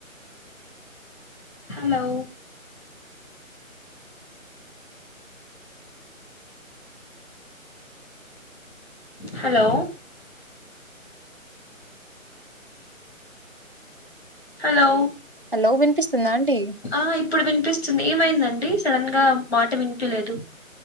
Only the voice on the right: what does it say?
Hello వినిపిస్తుందా అండి